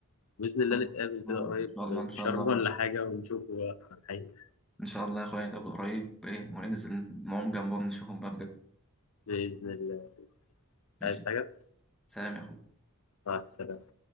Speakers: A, on the left; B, in the centre.
A: بإذن الله
B: خلصنا
A: نتقابل كده قريب
B: إن شاء الله
A: في
B: إن شاء
A: شرم
B: الله
A: ولا حاجة ونشوف بقى الحقيقة
B: إن شاء الله يا أخويا نتقابل قريب وإيه وننزل نقوم جنبهم نشوفهم بقى بجد
A: بإذن الله
B: ماشي
A: عايز حاجة
B: سلام يا أخويا
A: مع السلامة